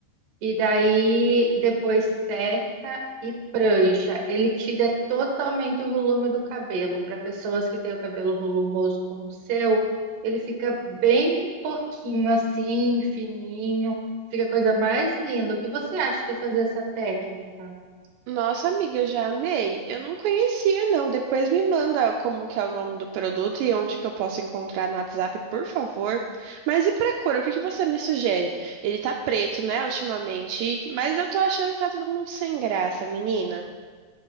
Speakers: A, on the right; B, on the right.
A: E daí depois seca e prancha. Ele tira totalmente o volume do cabelo. Para pessoas que têm o cabelo volumoso como o seu, ele fica bem pouquinho assim, fininho. Fica a coisa mais linda. O que você acha de fazer essa técnica?
B: Nossa, amiga, eu já amei. Eu não conhecia, não. Depois me manda como que é o nome do produto e onde que eu posso encontrar no WhatsApp, por favor. Mas e pra cor, o que que você me sugere? Ele tá preto, né, ultimamente, mas eu tô achando que tá todo mundo sem graça, menina.